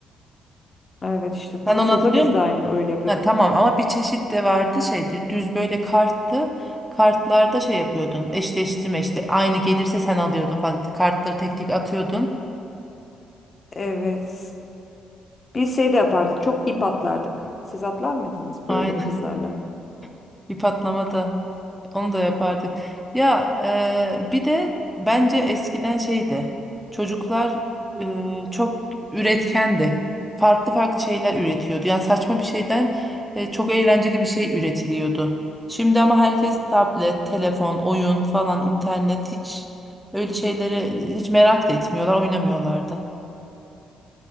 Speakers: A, on the left; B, in the centre.
A: Evet işte tasoda
B: Sen onu hatırlıyor
A: biz
B: musun?
A: de aynı öyle yapıyorduk.
B: Ha, tamam ama bir çeşit de vardı şey dü- düz böyle karttı. Kartlarda şey yapıyordun eşleştirme işte aynı gelirse sen alıyordun falan. Kartları tek tek atıyordun.
A: Evet. Biz şey de yapardık. Çok ip atlardık. Siz atlar mıydınız
B: Aynen
A: böyle kızlarla?
B: <laughs> bir patlamada. Onu da yapardık. Ya e, bir de bence eskiden şeydi. Çocuklar e, çok üretkendi. Farklı farklı şeyler üretiyordu. Yani saçma bir şeyden e, çok eğlenceli bir şey üretiliyordu. Şimdi ama herkes tablet, telefon, oyun falan, internet hiç öyle şeylere hiç merak da etmiyorlar, oynamıyorlar da.